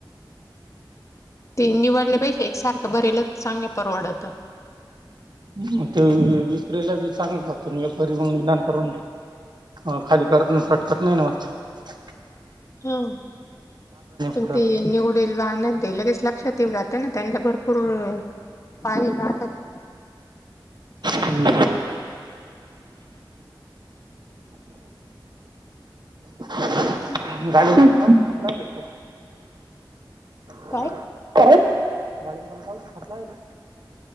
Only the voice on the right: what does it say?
मग ते विक्रीला बी चांगल जात व्यापारी मग नंतर मग. अ खाली गरदन सटकत नाही ना वाटतं.
पडत
हंम. ह..
गाडीतला लगत <inaudible>
काय गाडी मला गव खातलाला